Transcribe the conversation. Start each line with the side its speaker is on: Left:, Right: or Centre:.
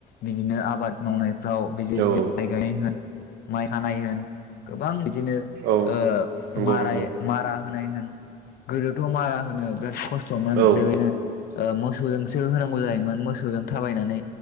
Left: बिदिनो आबाद मावनाय फ्राव बेबादि
Right: औ
Left: माइ गाय होन माइ हानाय होन गोबां बि दिनो
Right: औ
Left: ओ
Right: नंगौ
Left: माराय
Right: नंगौ
Left: मारा होनाय होन गोदोथ' मारा होनो बिराद खस्थ'मोन
Right: औ
Left: बेबायनो ओ मोस सौजोंसो होनांगौ जायोमोन मोसौजों थाबायनानै